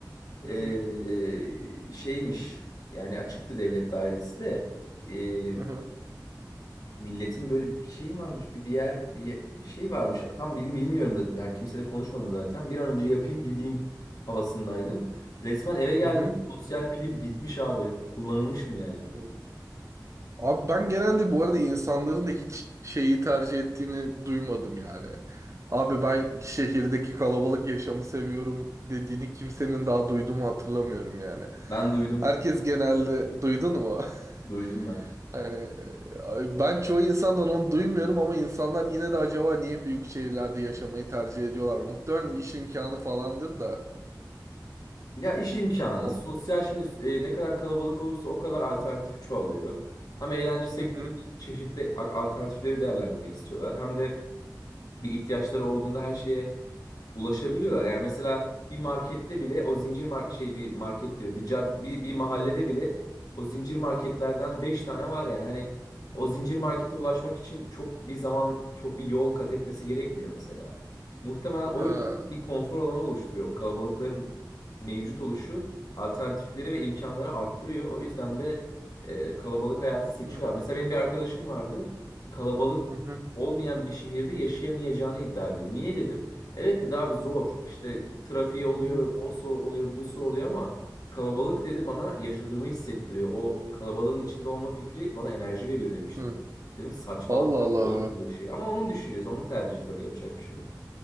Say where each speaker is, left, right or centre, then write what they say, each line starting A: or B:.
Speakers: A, on the left; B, on the right.
A: Ee,
B: Hı hı.
A: şeymiş yani açıktı devlet dairesi de ee,
B: Hı hı.
A: milletin böyle bir şey mi varmış bir, bir yer bir, bir şey varmış tam bil- bilmiyorum da yani kimseyle konuşmadım zaten bir an önce yapayım gideyim havasındaydım. Resmen eve geldim
B: Hı hı.
A: sosyal pilim bitmiş abi kullanılmışım yani
B: Hı. Abi ben genelde bu arada insanların da hiç şeyi tercih ettiğini duymadım yani. Abi ben şehirdeki kalabalık yaşamı seviyorum dediğini kimsenin daha duyduğumu hatırlamıyorum yani.
A: ben duydum
B: Herkes genelde duydun mu? <laughs>
A: duydum ben.
B: Hani e, ben çoğu insandan onu duymuyorum ama insanlar yine de acaba niye büyük şehirlerde yaşamayı tercih ediyorlar? Muhtemelen iş imkanı falandır da.
A: Ya iş imkanı
B: Hani O.
A: sosyal şimdi e, ne kadar kalabalık olursa o kadar alternatif çoğalıyor. Hem eğlence sektöründeki
B: Hı hı.
A: çeşitli a- alternatifleri değerlendirmek istiyorlar hem de Bir ihtiyaçları olduğunda her şeye ulaşabiliyorlar. Yani mesela bir markette bile o zincir mar- şey bir market diyorum bir, cad bir, bir mahallede bile o zincir marketlerden 5 tane var yani hani o zincir markete ulaşmak için çok bir zaman çok bir yol kat etmesi gerekmiyor mesela. Muhtemelen o
B: Ha.
A: yüzden bir konfor alanı oluşturuyor. O kalabalıkların mevcut oluşu alternatifleri ve imkanları arttırıyor. O yüzden de e, kalabalık hayatı seçiyorlar.
B: Hı hı.
A: Mesela benim bir arkadaşım vardı. Kalabalık
B: Hı hı,
A: olmayan bir şehirde yaşayamayacağını iddia ediyor. Niye dedim Evet dedi abi zor. İşte trafiği oluyor,
B: hı
A: osu oluyor, busu oluyor ama kalabalık dedi bana yaşadığımı hissettiriyor. O kalabalığın içinde olma fikri bana enerji veriyor demişti.
B: hı.
A: Dedim saçmalama
B: Allah Allah.
A: olur mu böyle şey. Ama onun düşüncesi, onun tercihi tabii yapacak bir şey yok.